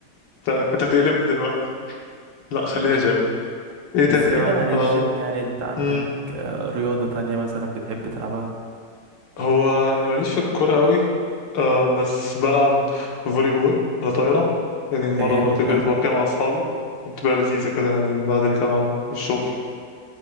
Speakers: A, on the left; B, on the right.
A: ف- كنت هتقلبني دلوقتي لا خلينا
B: قشطه
A: جيم إيه تاني
B: بس بعيدا
A: بقى
B: عن الجيم
A: أم...
B: يعني انت عندك
A: أم،
B: آه، رياضه تانية مثلا بتحب تلعبها
A: هو أنا ماليش في الكورة أوي أم... بس بلعب فولي بول ولا طايرة يعني مرة
B: ده جامد
A: مرتين
B: ده
A: في الأسبوع كده مع أصحابي بتبقى لذيذة كده يعني بعد الجامعة والشغل